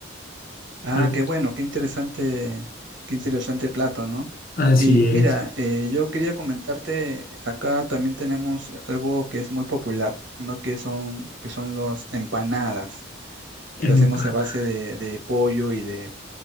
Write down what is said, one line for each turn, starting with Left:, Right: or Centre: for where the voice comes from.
Right: Ah,
Left: Entonces,
Right: qué bueno, qué interesante, qué interesante plato, ¿no?
Left: así
Right: Y
Left: es,
Right: mira, eh, yo quería comentarte, acá también tenemos algo que es muy popular, ¿no? Que son, que son las empanadas, que
Left: empanada.
Right: las hacemos a base de, de pollo y de